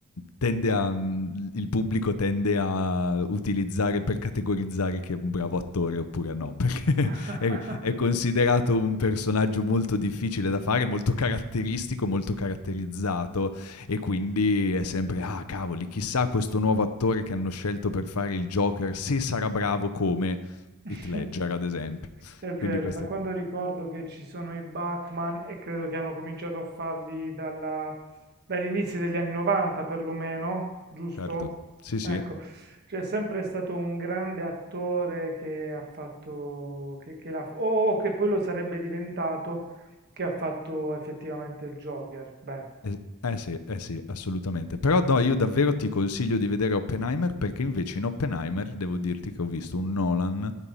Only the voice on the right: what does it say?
<laughs>
<laughs>
È vero,
da quando ricordo che ci sono i Batman e credo che hanno cominciato a farli dalla- dagli inizi degli anni 90 perlomeno, giusto?
Ecco, c'è sempre stato un grande attore che ha fatto, che, che l'ha- o o che poi lo sarebbe diventato, che ha fatto effettivamente il Joker. Beh.